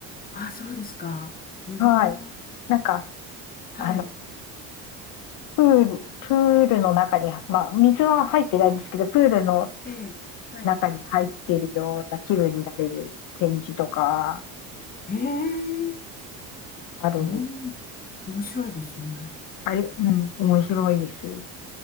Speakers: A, on the left; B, on the left.
A: あ、そうですか。
B: <laughs>
A: うん。
B: はい。なんか、
A: はい。
B: あの、プール、プールの中に、まあ、水は入ってないんですけど、プールの
A: ええ、はい。
B: 中に入っているような気分になれる展示とか、
A: へえ、
B: あるんです。
A: うん。面白いですね。
B: あれ、うん、面白いです。